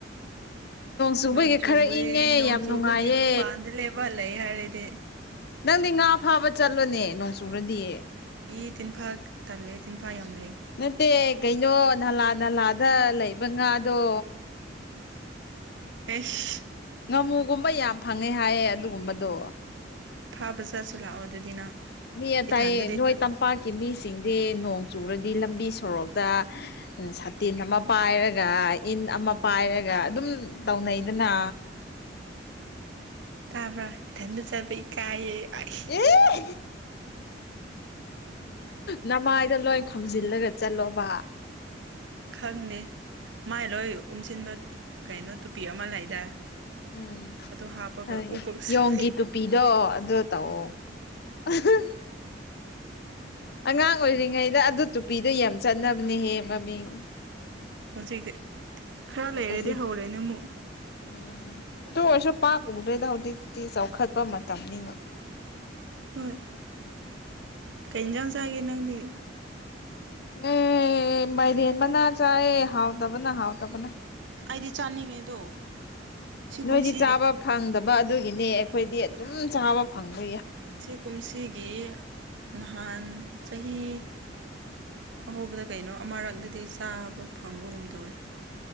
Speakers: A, on the left; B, on the right.
A: ꯆꯨꯕꯒꯤ
B: ꯅꯣꯡ ꯆꯨꯌꯦ
A: ꯈꯔ ꯏꯪꯉꯦ
B: ꯅꯣꯡꯖꯨꯕꯒꯤ
A: ꯌꯥꯝ ꯅꯨꯡꯉꯥꯏꯌꯦ
B: ꯃꯄꯥꯟꯗ ꯂꯦꯞꯄꯒ ꯂꯩ ꯌꯥꯔꯦꯅꯦ
A: ꯅꯪꯗꯤ ꯉꯥ ꯐꯥꯕ ꯆꯠꯂꯣꯅꯦ ꯅꯣꯡꯆꯨꯔꯗꯤ
B: ꯏ ꯇꯤꯟꯐꯥ ꯇꯜꯂꯦ ꯇꯤꯟꯐꯥ ꯌꯥꯝ ꯂꯩ
A: ꯅꯠꯇꯦ ꯀꯩꯅꯣ ꯅꯂꯥ ꯅꯂꯥꯗ ꯂꯩꯕ ꯉꯥꯗꯣ
B: ꯑꯦꯁ
A: ꯉꯥꯃꯨꯒꯨꯝꯕ ꯌꯥꯝ ꯐꯪꯉꯦ ꯍꯥꯏꯌꯦ ꯑꯗꯨꯒꯨꯝꯕꯗꯣ
B: ꯐꯥꯕ ꯆꯠꯁꯦ ꯂꯥꯛꯑꯣ ꯑꯗꯨꯗꯤ ꯅꯪ
A: ꯃꯤ
B: ꯏꯊꯟꯗꯗꯤ
A: ꯇꯥꯏꯌꯦ ꯅꯣꯏ
B: ꯇꯜꯂꯤ
A: ꯇꯝꯄꯥꯛꯀꯤ ꯃꯤ ꯁꯤꯡꯗꯤ ꯅꯣꯡ ꯆꯨꯔꯗꯤ ꯂꯝꯕꯤ ꯁꯣꯔꯣꯛꯇ ꯁꯥꯇꯤꯟ ꯑꯃ ꯄꯥꯏꯔꯒ ꯏꯟ ꯑꯃ ꯄꯥꯏꯔꯒ ꯑꯗꯨꯝ ꯇꯧꯅꯩꯗꯅ
B: ꯇꯥꯕ꯭ꯔꯥ ꯏꯊꯟꯗ ꯆꯠꯕ ꯏꯀꯥꯏꯌꯦ ꯑꯩ
A: ꯑꯦ ꯅꯃꯥꯏꯗ ꯂꯣꯏ ꯈꯨꯝꯁꯤ ꯏꯜꯂꯒ ꯆꯠꯂꯣꯕ
B: ꯈꯪꯗꯦ ꯃꯥꯏ ꯂꯣꯏ ꯎꯝꯁꯤꯟꯕ ꯀꯩꯅꯣ ꯇꯨꯄꯤ ꯑꯃ ꯂꯩꯗꯥꯏ
A: ꯎꯝ
B: ꯑꯗꯨ ꯍꯥꯞꯄꯒ
A: ꯍꯣꯏ
B: ꯎꯞꯄꯒ ꯆꯠꯂꯦ
A: ꯌꯣꯡꯒꯤ ꯇꯨꯄꯤꯗꯣ ꯑꯗꯨ ꯇꯧꯑꯣ ꯑꯍꯥ
B: ꯎꯝ <inaudible>
A: ꯑꯉꯥꯡ ꯑꯣꯏꯔꯤꯉꯩꯗ ꯑꯗꯨ ꯇꯨꯄꯤꯗꯣ ꯌꯥꯝ ꯆꯠꯅꯕꯅꯦꯍꯦ ꯃꯃꯤꯡ
B: ꯍꯧꯖꯤꯛꯇꯤ ꯈꯔ ꯂꯩꯔꯗꯤ
A: ꯍꯧꯖꯤꯛ
B: ꯍꯧꯔꯅꯤ ꯑꯃꯨꯛ
A: ꯎꯝ ꯑꯗꯨ ꯑꯣꯏꯔꯁꯨ ꯄꯥꯛ ꯎꯗ꯭ꯔꯦꯗ ꯍꯧꯖꯤꯛꯇꯤ ꯆꯥꯎꯈꯠꯄ ꯃꯇꯝꯅꯤꯅ
B: ꯍꯣꯏ ꯀꯩ ꯌꯦꯟꯖꯥꯡ ꯆꯥꯒꯦ ꯅꯪꯗꯤ
A: ꯑꯦ ꯃꯥꯏꯔꯦꯟ ꯃꯅꯥ ꯆꯌꯦ ꯍꯥꯎꯇꯕꯅ ꯍꯥꯎꯇꯕꯅ
B: ꯑꯩꯗꯤ ꯆꯥꯅꯤꯡꯉꯦꯗꯣ ꯁꯤ
A: ꯅꯣꯏꯗꯤ
B: ꯀꯨꯝꯁꯤꯒꯤ
A: ꯆꯥꯕ ꯐꯪꯗꯕ ꯑꯗꯨꯒꯤꯅꯦ ꯑꯩꯈꯣꯏꯗꯤ ꯑꯗꯨꯝ ꯆꯥꯕ ꯐꯪꯕ
B: ꯁꯤ ꯀꯨꯝꯁꯤꯒꯤ ꯅꯍꯥꯟ ꯆꯍꯤ ꯑꯍꯧꯕꯗꯣ ꯀꯩꯅꯣ ꯑꯃꯥꯔꯛꯗꯤ ꯆꯥꯕ ꯐꯪꯕꯒꯨꯝ ꯇꯧꯋꯦ